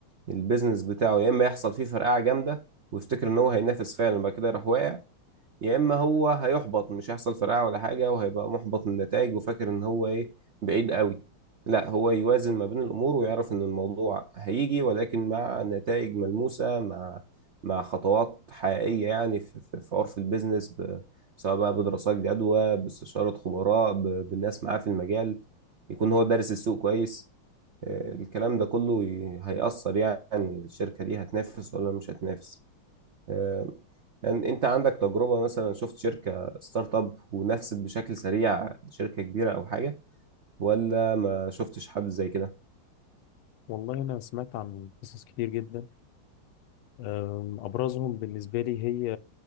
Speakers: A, on the right; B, on the left.
A: البيزنس بتاعه يا اما يحصل فيه فرقعة جامدة ويفتكر ان هو هينافس فعلا بعد كده يروح واقع يا اما هو هيحبط مش هيحصل فرقعه ولا حاجه وهيبقى محبط من النتائج وفاكر ان هو ايه بعيد قوي لا هو يوازن ما بين الامور ويعرف ان الموضوع هيجي ولكن مع نتائج ملموسه مع مع خطوات حقيقيه يعني في, في, في عرف البيزنس ب... سواء بقى بدراسات جدوى باستشاره خبراء ب... بالناس معاه في المجال يكون هو دارس السوق كويس آه، الكلام ده كله ي- هيأثر يعني الشركه دي هتنافس ولا مش هتنافس آه، يعني انت عندك تجربة مثلا شفت شركة ستارت اب ونفست بشكل سريع شركة كبيرة او حاجة ولا ما شفتش حد زي كده
B: والله أنا سمعت عن قصص كتير جدا أم، أبرزهم بالنسبة لي هي